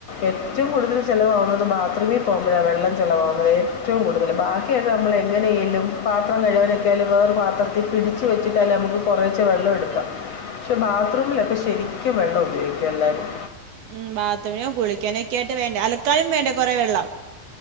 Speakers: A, on the left; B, on the right.
A: ഏറ്റവും കൂടുതൽ ചിലലവാകുന്നത് ബാത്റൂമിൽ പോകുമ്പോഴ വെള്ളം ചിലലവാകുന്നത് ഏറ്റവും കൂടുതൽ ബാക്കിയൊക്കെ നമ്മൾ എങ്ങനെയെലും പാത്രം കഴുകലൊക്കെ വേറെ പാത്രത്തിൽ പിടിച്ചച്ച് വെച്ചിട്ടല്ലേ നമു ക്ക് കുറേ വെള്ളഎടുക്കാം പക്ഷെ ബാത്റു മിലൊക്കെ ശരിക്കും വെള്ളം ഉപയോഗിക്കു എല്ലാരും
B: ഉ ബാത്റൂമിനോ കുളിക്കാനോ ഒക്കെ ആയിട്ട് വേണ്ടേ അലക്കാനും വേണ്ടേ കുറെേ വെള്ളം